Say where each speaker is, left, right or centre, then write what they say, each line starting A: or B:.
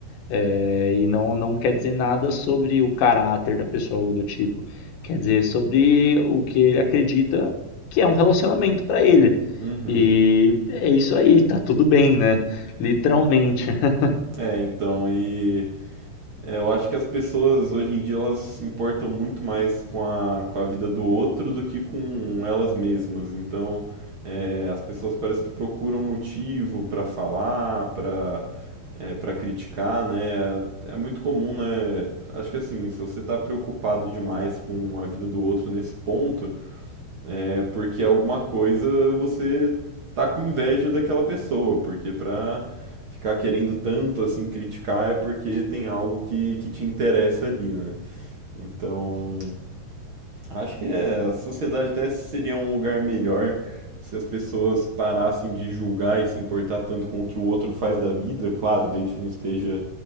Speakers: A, on the left; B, on the right.
A: É, e não, não quer dizer nada sobre o caráter da pessoa, algo do tipo. Quer dizer sobre o que ele acredita que é um relacionamento para ele.
B: Uhum.
A: E é isso aí, tá tudo bem, né? Literalmente. <laughs>
B: É, então, e é, eu acho que as pessoas hoje em dia elas se importam muito mais com a, com a vida do outro do que com elas mesmas. Então, é, as pessoas parece que procuram motivo pra falar, pra é, para criticar, né? É é muito comum, né? Acho que assim, se você tá preocupado demais com a vida do outro nesse ponto, É porque alguma coisa você tá com inveja daquela pessoa, porque pra ficar querendo tanto assim criticar é porque tem algo que, que te interessa ali, né? Então, acho que é, a sociedade até seria um lugar melhor se as pessoas parassem de julgar e se importar tanto com o que o outro faz da vida, claro, desde que não esteja,